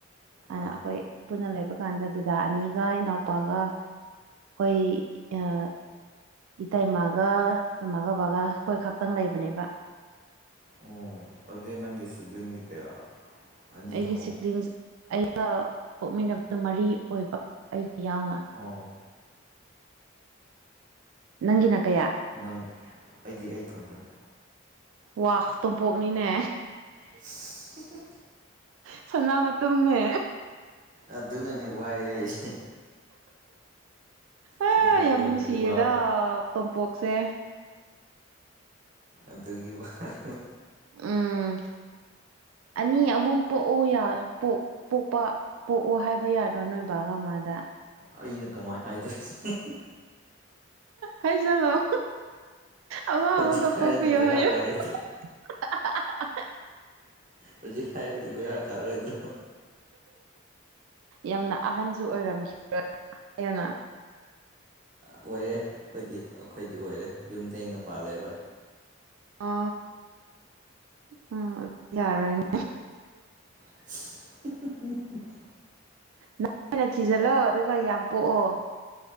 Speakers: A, on the right (about 40°); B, on the right (about 80°).
A: ꯑꯥ
B: ꯍꯥꯟꯅ ꯑꯩꯈꯣꯏ ꯄꯨꯟꯅ ꯂꯩꯕ ꯀꯥꯟꯗ ꯗꯥꯗꯥ ꯑꯅꯤꯒ ꯏꯅꯥꯎꯄꯥꯒ ꯑꯩꯈꯣꯏ ꯑ ꯏꯇꯩꯃꯥꯒ ꯑꯩꯈꯣꯏ ꯃꯥꯒ ꯕꯥꯒ ꯑꯩꯈꯣꯏ ꯈꯛꯇꯪ ꯂꯩꯕꯅꯦꯕ
A: ꯑꯣ ꯑꯗꯨꯗꯤ ꯅꯪꯒꯤ ꯁꯤꯕ꯭ꯂꯤꯡ ꯗꯤ ꯀꯌꯥ ꯑꯅꯤ
B: ꯑꯩꯒꯤ
A: ꯑꯍꯨꯝ
B: ꯁꯤꯕ꯭ꯂꯤꯡꯁ ꯑꯩꯒ ꯄꯣꯛꯃꯤꯟꯅꯕꯗ ꯃꯔꯤ ꯑꯣꯏꯕ ꯑꯩꯒ ꯌꯥꯎꯅ
A: ꯑꯣ
B: ꯅꯪꯒꯤꯅ ꯀꯌꯥ
A: ꯅꯪ ꯑꯩꯗꯤ ꯑꯩ ꯏꯊꯟꯇꯅꯤ
B: ꯋꯥ ꯇꯣꯝꯄꯣꯛꯅꯤꯅꯦ
A: ꯁ <unintelligible>
B: ꯁꯅ ꯃꯇꯨꯝꯅꯦ꯫
A: ꯑꯗꯨꯅꯅꯦ ꯋꯥꯏ ꯍꯥꯏꯁꯦ꯫
B: ꯑ
A: ꯇꯨꯡꯄꯣꯛ ꯑꯣꯏꯕꯒꯤ
B: ꯌꯥꯝ ꯅꯨꯡꯁꯤꯌꯦꯗ
A: ꯋꯥꯕ
B: ꯇꯣꯝꯄꯣꯛꯁꯦ꯫
A: ꯑꯗꯨꯒꯤ ꯋꯥꯅꯤ꯫
B: ꯎꯝ ꯑꯅꯤ ꯑꯍꯨꯝ ꯄꯣꯛꯎ ꯌꯥ ꯄꯣꯛꯄ꯫ ꯄꯣꯛꯑꯣ ꯍꯥꯏꯕ ꯌꯥꯗ꯭ꯔꯣ ꯅꯣꯏ ꯕꯥꯒ ꯃꯥꯗ
A: ꯑꯩꯅ ꯀꯃꯥꯏꯅ ꯍꯥꯏꯗꯣꯏꯅꯣ꯫
B: ꯍꯥꯏꯖꯜꯂꯣ ꯑꯃ
A: ꯍꯧꯖꯤꯛ
B: ꯑꯃꯒ
A: ꯍꯥꯏꯔꯗꯤ
B: ꯄꯣꯛꯄꯤꯌꯣ
A: ꯕꯦꯔꯥ
B: ꯍꯥꯏꯌ‌ꯣ
A: ꯀꯥꯔꯣꯏꯗ꯭ꯔꯣ
B: <unintelligible>
A: ꯍꯧꯖꯤꯛ ꯍꯥꯏꯔꯗꯤ ꯕꯦꯔꯥ ꯀꯥꯔꯣꯏꯗ꯭ꯔꯣ꯫
B: ꯌꯥꯝꯅ ꯑꯍꯟꯁꯨ ꯑꯣꯏꯔꯝꯈꯤꯔꯣꯏ ꯍꯥꯏꯌꯦꯅ
A: ꯑꯣꯏꯔꯦ ꯑꯩꯈꯣꯏꯗꯤ ꯑꯩꯈꯣꯏꯗꯤ ꯑꯣꯏꯔꯦ ꯌꯨꯝ ꯊ‌ꯦꯡꯅ ꯄꯥꯜꯂ‌ꯦꯕ
B: ꯑ ꯎꯝ ꯑꯗꯨꯗꯤ ꯌꯥꯔꯦꯅꯦ
A: <unintelligible>
B: ꯅꯪꯅ ꯊꯤꯖꯤꯜꯂꯣ ꯑꯗꯨꯒ ꯌꯥꯝ ꯄꯣꯛꯑꯣ꯫